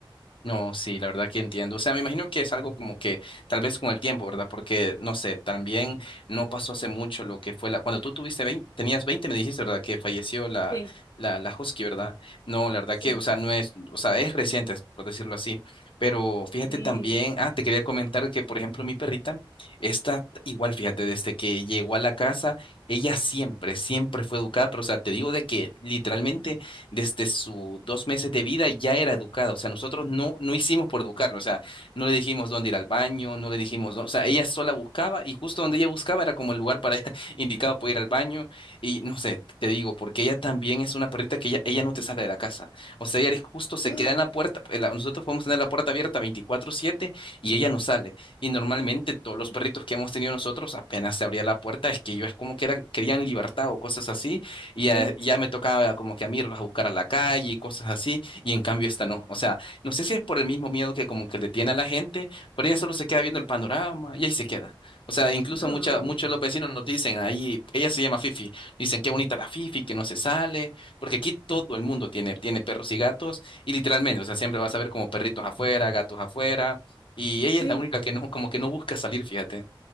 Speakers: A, on the left (about 70°); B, on the left (about 45°).
A: No, sí, la verdad que entiendo. O sea, me imagino que es algo como que tal vez con el tiempo, ¿verdad? Porque, no sé, también no pasó hace mucho lo que fue la... Cuando tú tuviste 20, tenías 20, me dijiste, ¿verdad? Que falleció la,
B: Sí,
A: la, la Husky, ¿verdad? No, la verdad
B: sí,
A: que, o sea, no es, o sea, es reciente, por decirlo así. Pero fíjate
B: sí.
A: también, ah, te quería comentar que, por ejemplo, mi perrita, está igual, fíjate, desde que llegó a la casa, ella siempre, siempre fue educada, pero, o sea, te digo de que literalmente desde sus dos meses de vida ya era educada. O sea, nosotros no, no hicimos por educarla. O sea, no le dijimos dónde ir al baño, no le dijimos, dó- o sea, ella sola buscaba y justo donde ella buscaba era como el lugar para <laughs> indicado para ir al baño. Y no sé, te digo, porque ella también es una perrita que ella, ella no te sale de la casa. O sea, ella justo se
B: <laughs>
A: queda en la puerta. en la- nosotros podemos tener la puerta abierta 24/7 y ella no sale. Y normalmente todos los perritos que hemos tenido nosotros apenas se abría la puerta, es que yo es como que era, querían libertad o cosas así y ya,
B: Sí.
A: ya me tocaba como que a mí irlos a buscar a la calle y cosas así, y en cambio esta no. O sea, no sé si es por el mismo miedo que como que le tiene a la gente, pero ella solo se queda viendo el panorama y ahí se queda. O sea, incluso
B: Ah,
A: mucha, muchos de los vecinos nos dicen, ahí, ella se llama Fifi, dicen qué bonita la Fifi, que no se sale, porque aquí todo el mundo tiene, tiene perros y gatos, y literalmente, o sea, siempre vas a ver como perritos afuera, gatos afuera. Y ella
B: sí.
A: es la única que no, como que no busca salir, fíjate.